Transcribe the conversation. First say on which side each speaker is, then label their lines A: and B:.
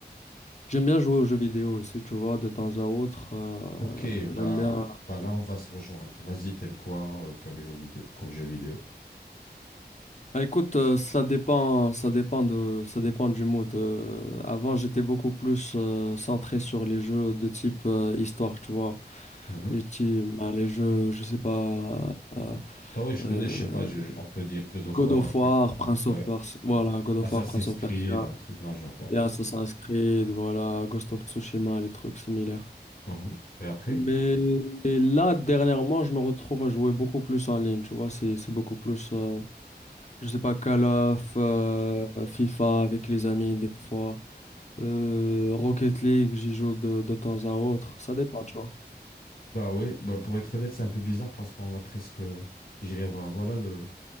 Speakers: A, on the left (about 40°); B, on the left (about 55°).
A: j'aime bien jouer aux jeux vidéo aussi, tu vois, de temps à autre, euh,
B: Ok, bah,
A: j'aime bien
B: bah là, on va se rejoindre. Vas-y, t'aimes quoi euh, comme jeu vidéo, comme jeu vidéo?
A: Bah, écoute, euh, ça dépend, ça dépend de, ça dépend du mood. Euh, avant, j'étais beaucoup plus euh, centré sur les jeux de type euh, histoire, tu vois.
B: Mhm.
A: Les, ti- bah, les jeux, je sais pas, euh,
B: Bah ouais, je
A: euh,
B: connais, je sais pas, je- on peut dire God of
A: God
B: War,
A: of
B: un truc.
A: War, Prince
B: Ouais.
A: of Persia, voilà, God of
B: Assassin's
A: War, Prince of
B: Creed,
A: Persia,
B: un truc dans le genre, ouais.
A: et Assassin's Creed, voilà, Ghost of Tsushima, les trucs similaires.
B: Mhm. Et après?
A: Mais et là, dernièrement, je me retrouve à jouer beaucoup plus en ligne, tu vois, c'est, c'est beaucoup plus. euh, je sais pas, Call of, euh, FIFA avec les amis des fois, euh, Rocket League, j'y joue de, de temps à autre, ça dépend, tu vois.
B: Bah ouais, bah pour être honnête, c'est un peu bizarre parce qu'on a presque, je dirais, bah voilà le,